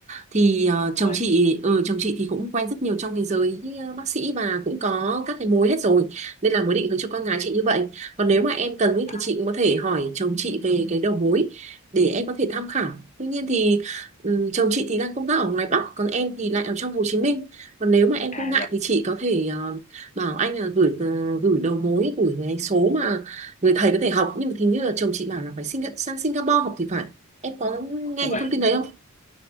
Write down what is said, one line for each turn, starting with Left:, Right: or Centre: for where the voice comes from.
Right: thì ờ, chồng
Left: ui
Right: chị ừ, chồng chị thì cũng quen rất nhiều trong thế giới ờ, bác sĩ và cũng có các cái mối hết rồi nên là mới định hướng cho con gái chị như vậy còn nếu mà em cần ý,
Left: à,
Right: thì chị cũng có thể hỏi chồng chị về cái đầu mối để em có thể tham khảo tuy nhiên thì ừ, chồng chị thì đang công tác ở ngoài Bắc còn em thì lại ở trong Hồ Chí Minh còn nếu mà em
Left: à
Right: không ngại
Left: dạ
Right: thì chị có thể ờ, bảo anh là gửi ờ, gửi đầu mối gửi cái số mà người thầy có thể học nhưng mà hình như là chồng chị bảo là phải Singa- sang Singapore học thì phải em có nghe
Left: ui
Right: cái thông tin đấy không